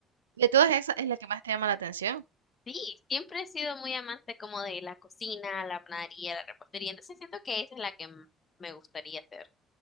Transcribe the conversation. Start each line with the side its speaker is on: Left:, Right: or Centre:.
Right: De todas esas es la que más te llama la atención.
Left: Sí, siempre he sido muy amante como de la cocina, la panadería, la repostería, entonces siento que esa es la que m- me gustaría hacer.